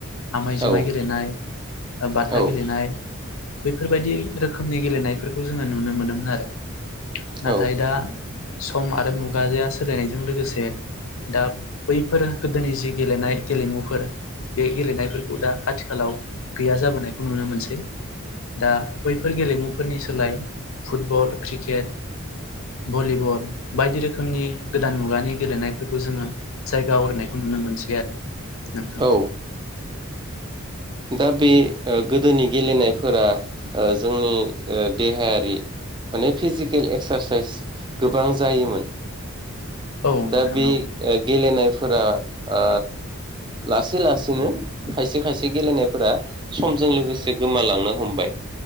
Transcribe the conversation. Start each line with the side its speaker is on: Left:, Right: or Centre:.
Left: आमाय
Right: औ
Left: जुमाय गेलेनाय बाथा
Right: औ
Left: गेलेनाय बेैफोरबायदि रोखोमनि गेलेनायफोरखौ जोङो नुनो मोनोमोन आरो
Right: औ
Left: नाथाय दा सम आरो मुगाजाया सोलायनायजों लोगोसे दा बैफोर गोदोनि जि गेलेनाय गेलेमुफोर बे गेलेनायफोरखौ दा आथिखालाव गैया जाबोनायखौ नुनो मोनसै दा बैफोर गेलेमुफोरनि सोलाय फुटबल क्रिकेट भलिबल बायदि रोखोमनि गोदान मुगानि गेलेनायफोरखौ जोङो जायगा आवग्रिनायखौ नुनो मोनसै आरो नोंथां
Right: औ दा बे ओ गोदोनि गेलेनायफोरा ओ जोंनि ओ देहायारि माने फिजिकेल एक्सारसाइस गोबां जायोमोन
Left: औ
Right: दा
Left: नोंथां
Right: बे
Left: औ
Right: गेलेनायफोरा ओ लासै लासैनो खायसे खायसे गेलेनायफोरा समजों लोगोसे गोमालांनो हमबाय